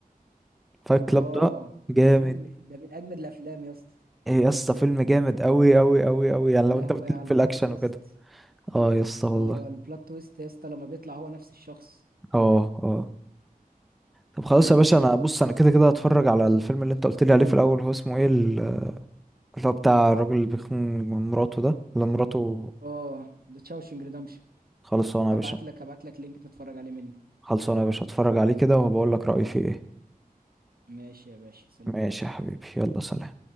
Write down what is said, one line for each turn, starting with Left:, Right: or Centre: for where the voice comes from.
Centre: فايت
Right: آه
Centre: كلاب ده جامد
Right: ده فيلم ده من أجمد الأفلام يا اسطى
Centre: ايه يا اسطى فيلم جامد قوي قوي قوي قوي يعني
Right: يا
Centre: لو
Right: لهوي
Centre: انت بتليك
Right: على
Centre: في
Right: البلot
Centre: الاكشن
Right: تويست
Centre: وكده اه يا اسطى والله
Right: آه البلot تويست يا اسطى لما بيطلع هو نفس الشخص
Centre: اه اه طب خلاص
Right: امم
Centre: يا باشا انا بص انا كده كده هتفرج على الفيلم اللي انت قلت لي عليه في الاول هو اسمه ايه ال- اللي هو بتاع الراجل اللي بيخون مراته ده اللي مراته
Right: آه ده تشاوشنج ريدمشن
Centre: خلصانه
Right: هبعت
Centre: يا باشا
Right: لك هبعت لك لينك تتفرج عليه منه
Centre: خلصانه يا باشا هتفرج عليه كده وهبقول لك رايي فيه ايه
Right: ماشي يا باشا سلام
Centre: ماشي يا حبيبي يلا سلام